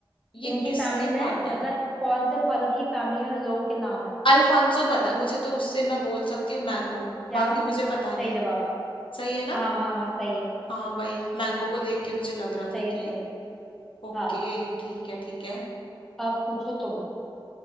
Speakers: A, on the left; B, in the centre.
A: ये
B: इनकी
A: किसके
B: फैमिली में
A: पार्ट है
B: मतलब कौन से फल की फैमिली में लोगों के नाम है
A: अल्फांसो पता है मुझे तो उससे मैं बोल सकती हूँ मैंगो
B: क्या
A: बाकी मुझे पता नहीं
B: सही जवाब
A: सही है
B: हाँ
A: ना
B: हाँ हाँ सही है
A: हाँ वही मैंगो को देख के मुझे लग रहा
B: सही
A: था
B: है
A: कि
B: सही है
A: ओके
B: हाँ
A: ठीक है ठीक है
B: अब पूछो तुम